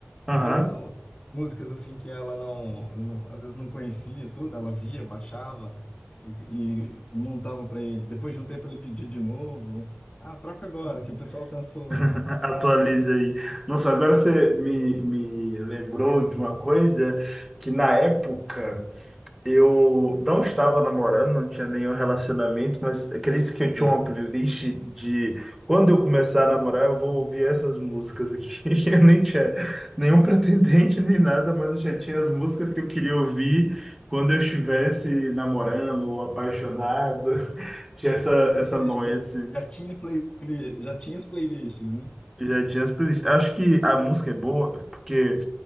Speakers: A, on the left (about 30°); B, in the centre.
A: Até
B: Aham.
A: eram as músicas, assim, que ela não, não- às vezes não conhecia tudo, ela via, baixava e, e montava para ele. Depois de um tempo ele pedia de novo. Ah, troca agora,
B: <laughs>
A: que o pessoal cansou.
B: Atualiza aí. Nossa, agora você me, me lembrou de uma coisa que na época. Eu não estava namorando, não tinha nenhum relacionamento, mas acredito que eu tinha
A: É.
B: uma playlist de quando eu começar a namorar, eu vou ouvir essas músicas aqui. <laughs> Eu nem tinha nenhum pretendente nem nada, mas eu já tinha as músicas que eu queria ouvir quando eu estivesse namorando ou apaixonado. <laughs> Tinha essa,
A: Ou
B: essa
A: seja,
B: noia,
A: já,
B: assim.
A: já tinha playlist, já tinha as playlists, né?
B: Eu Já tinha as playlists. Acho que a música é boa porque.